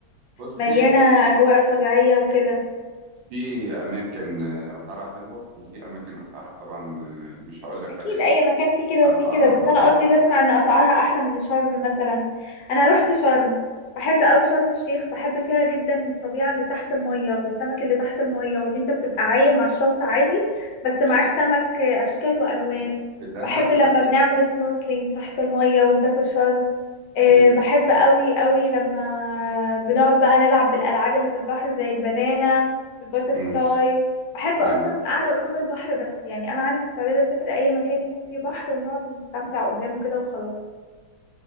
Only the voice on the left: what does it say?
ومليانة أجواء طبيعية وكده
اكيد
اي مكان فيه كده
وفيه كده بس
انا قصدي بسمع ان اسعارها احلى من شرم مثلا انا رحت شرم بحب قوي شرم الشيخ بحب فيها جدا الطبيعة اللي تحت المية والسمك اللي تحت المية وان انت بتبقى عايم على الشط عادي بس معاك
سمك اشكال والوان
بحب لما
بنعمل سنوركلينج تحت المية ونسافر شرم أه
بحب قوي قوي لما بنقعد بقى نلعب بالالعاب اللي في البحر زي البنانة والباترفلاي
بحب
اصلا القعده قصاد البحر بس يعني انا عندي استعداد اسافر اي مكان يكون فيه بحر ونقعد نستمتع قدامه كده وخلاص